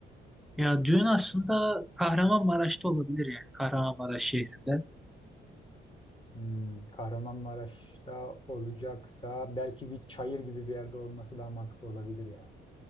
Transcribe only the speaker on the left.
Hmm, Kahramanmaraş'ta olacaksa belki bir çayır gibi bir yerde olması daha mantıklı olabilir ya.